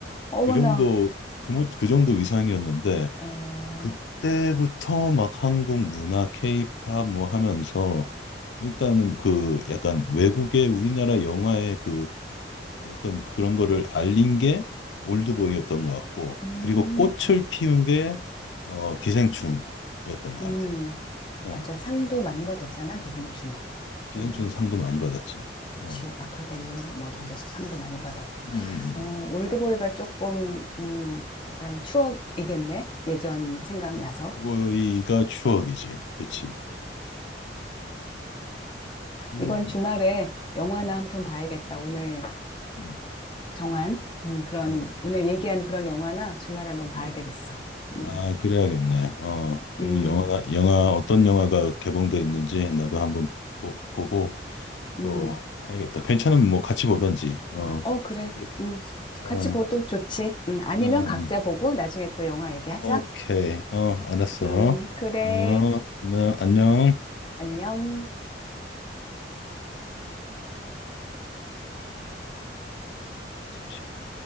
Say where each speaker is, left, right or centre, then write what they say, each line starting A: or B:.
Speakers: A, on the left (about 25°); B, on the left (about 80°).
A: 어머나.
B: 그 정도 그, 모- 그 정도 위상이었는데
A: 어,
B: 그때부터 막 한국 문화, 케이팝 뭐 하면서 일단은 그 약간 외국의 우리나라 영화의 그 그 어떤 그런 거를 알린 게 올드보이였던 것 같고,
A: 음.
B: 그리고 꽃을 피운 게 어, 기생충이었던 것
A: 음,
B: 같아. 어,
A: 맞아. 상도 많이 받았잖아, 기생충은.
B: 기생충
A: 음,
B: 상도 많이 받았지.
A: 그치.
B: 어,
A: 아카데미, 뭐 이런 데서 상도 많이 받았고.
B: 음,
A: 어, 올드보이가 조금, 음, 약간 추억이겠네? 예전 생각나서.
B: 올드보이가 추억이지. 그치. 어, 그,
A: 이번 주말에 영화나
B: 음,
A: 한 편 봐야겠다. 오늘
B: 음,
A: 정한, 음, 그런,
B: 어,
A: 오늘 얘기한 그런 영화나 주말에 한번 봐야
B: 어.
A: 되겠어. 음,
B: 아, 그래야겠네. 어, 그
A: 음,
B: 영화, 영화, 어떤 영화가 개봉돼 있는지 나도 한번 보, 보고
A: 음.
B: 또 해야겠다. 괜찮으면 뭐 같이 보던지. 어,
A: 어, 그래.
B: 그렇게.
A: 음, 같이
B: 어,
A: 보도
B: 어,
A: 좋지. 음, 아니면
B: 음.
A: 각자 보고 나중에 또 영화 얘기하자.
B: 오케이. 어, 알았어.
A: 음, 그래.
B: 어, 그러면 안녕.
A: 안녕.
B: 잠시만요.